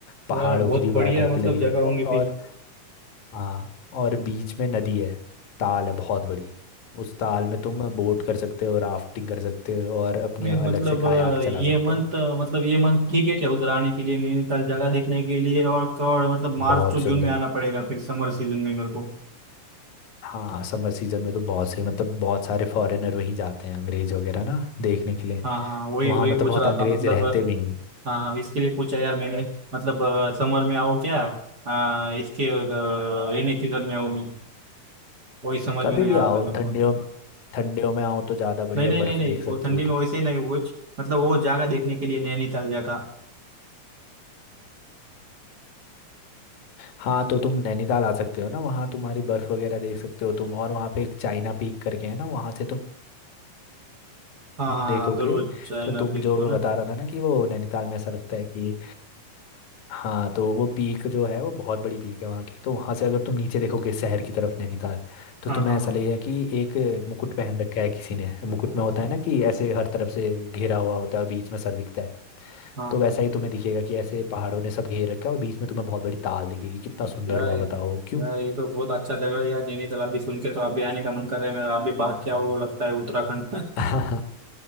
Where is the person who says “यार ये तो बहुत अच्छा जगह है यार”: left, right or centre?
Right